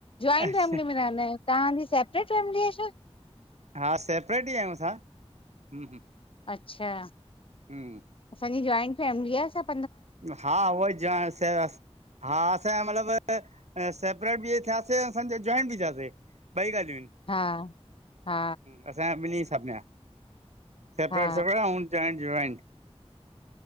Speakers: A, on the left (about 55°); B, on the right (about 90°).
A: जॉइंट
B: अच्छा
A: फैमिली में रहंदायूं तव्हांजी सेपरेट फैमिली आहे छा?
B: हा सेपरेट ई आयूं असां हूं हू़।
A: अच्छा,
B: हूं,
A: असांजी जॉइंट फैमिली आ सभु।
B: हा उएई जा से अस हा असांजा मतलब अ सेपरेट बि थियासे असांज जॉइंट बि थियासे। बई ॻाल्हियूं आहिन।
A: हा, हा
B: असांजा ॿिनि सब में आ। सेपरेट
A: हा
B: सपरेट ऐं चाहे जॉइट।